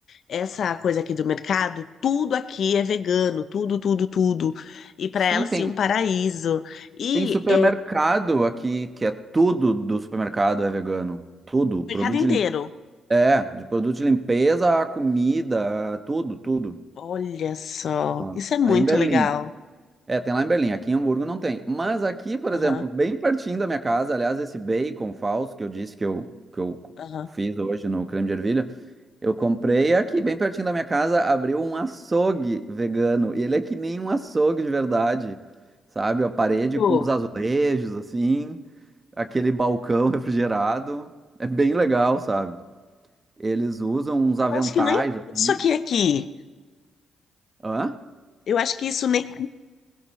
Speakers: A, on the left; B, on the right.
A: essa coisa aqui do mercado, tudo aqui é vegano, tudo, tudo, tudo. E para
B: Sim,
A: ela, assim,
B: tem,
A: um paraíso. E
B: tem supermercado
A: é, o
B: aqui que é tudo do supermercado é vegano. Tudo,
A: mercado
B: produto
A: inteiro.
B: de limpeza. É, de produto de limpeza a comida, a tudo, tudo.
A: Olha só,
B: Ó,
A: isso é muito
B: Aí em Berlim.
A: legal.
B: É, tem lá em Berlim. Aqui em Hamburgo não tem. Mas aqui, por exemplo,
A: Aham,
B: bem pertinho da minha casa, aliás, esse bacon falso que eu disse que eu, que eu
A: aham.
B: fiz hoje no creme de ervilha, Eu comprei aqui, bem pertinho da minha casa, abriu um açougue vegano. E ele é que nem um açougue de verdade, sabe? A parede
A: Pô,
B: com os azulejos, assim, aquele balcão <laughs> refrigerado. É bem legal, sabe? Eles usam uns aventais,
A: eu acho que nem
B: assim.
A: isso aqui aqui.
B: Hã?
A: Eu acho que isso nem.